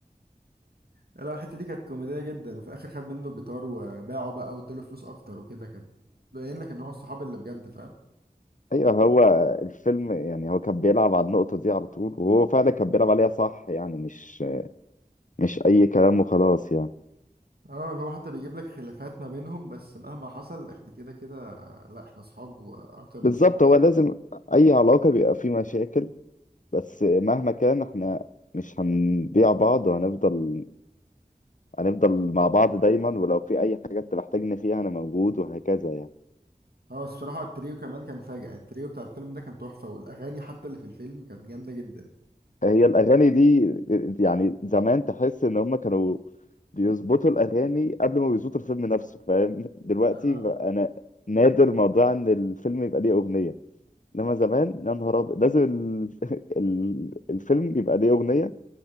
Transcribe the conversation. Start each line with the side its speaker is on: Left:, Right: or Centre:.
Right: لا لا، الحته دي كانت كوميديه جدا وفي الاخر خد منه الجيتار وباعه بقى واداله فلوس اكتر وكده كان باين لك ان هو الصحاب اللي بجد فاهم
Left: ايوه هو الفيلم يعني هو كان بيلعب على النقطة دي على طول وهو فعلا كان بيلعب عليها صح يعني مش مش اي كلام وخلاص يعني
Right: اه اللي هو حتى بيجيب لك خلافات ما بينهم بس مهما حصل احنا كده كده لا احنا صحاب واكتر من
Left: بالظبط
Right: صحاب
Left: هو لازم اي علاقة بيبقى فيه مشاكل بس مهما كان احنا مش هنبيع بعض وهنفضل هنفضل مع بعض دايما ولو في اي حاجة انت محتاجني فيها انا موجود وهكذا يعني
Right: اه بس بصراحة التريو كمان كان فاجع التريو بتاع الفيلم ده كان تحفة والأغاني حتى اللي في الفيلم كانت جامدة جدا
Left: هي الأغاني دي يعني زمان تحس إن هم كانوا بيظبطوا الأغاني قبل ما بيظبطوا الفيلم نفسه فاهم دلوقتي
Right: اه
Left: بقى أنا نادر موضوع إن الفيلم يبقى ليه أغنية إنما زمان يا نهار أبيض لازم ال... <laughs> ال... الفيلم يبقى ليه أغنية